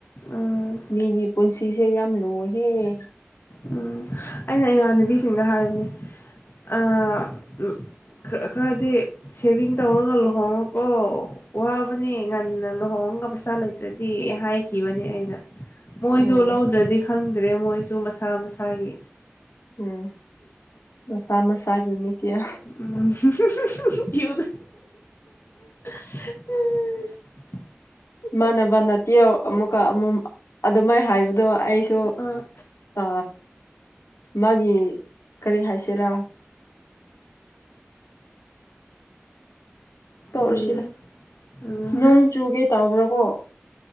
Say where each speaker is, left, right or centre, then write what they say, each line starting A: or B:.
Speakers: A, on the left (about 55°); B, on the left (about 85°).
A: ꯎꯝ
B: ꯃꯤꯒꯤ ꯄꯨꯟꯁꯤꯁꯦ ꯌꯥꯝ ꯂꯨꯑꯦꯍꯦ
A: ꯎꯝ ꯑꯩꯅ ꯏꯃꯥꯟꯅꯕꯤꯁꯤꯡꯗ ꯍꯥꯏꯕꯅꯦ ꯑ ꯈꯔ ꯈꯔꯗꯤ ꯁꯦꯚꯤꯡ ꯇꯧꯔꯒ ꯂꯨꯍꯣꯡꯉꯣꯀꯣ ꯋꯥꯕꯅꯤ ꯉꯟꯅ ꯂꯨꯍꯣꯡ ꯉ ꯄꯩꯁꯥ ꯂꯩꯇ꯭ꯔꯗꯤ ꯍꯥꯏꯈꯤꯕꯅꯦ ꯑꯩꯅ ꯃꯣꯏꯁꯨ
B: ꯎꯝ
A: ꯂꯧꯗ꯭ꯔꯗꯤ ꯈꯪꯗ꯭ꯔꯦ ꯃꯣꯏꯁꯨ ꯃꯁꯥ ꯃꯁꯥꯒꯤ
B: ꯎꯝ ꯃꯁꯥ ꯃꯁꯥꯒꯤ ꯅꯤꯇ꯭ꯌꯥ
A: ꯎꯝꯍꯨꯝꯍꯨꯝ ꯍꯨꯝ ꯍꯨꯝ ꯍꯨ ꯀꯌꯨꯕ ꯑꯑ
B: ꯏꯃꯥꯟꯅꯕꯅ ꯇꯤꯌꯥꯎ ꯑꯃꯨꯛꯀ ꯑꯃꯨꯛ ꯑꯗꯨꯃꯥꯏꯅ ꯍꯥꯏꯕ ꯑꯗꯣ ꯑꯩꯁꯨ
A: ꯑꯥ
B: ꯑ ꯃꯥꯒꯤ ꯀꯔꯤ ꯍꯥꯏꯁꯤꯔꯥ ꯇꯧꯛꯂꯁꯤꯗ
A: ꯑꯗꯨꯒꯤ ꯎꯝ
B: ꯅꯣꯡ ꯆꯨꯒꯦ ꯇꯧꯕ꯭ꯔꯥ ꯀꯣ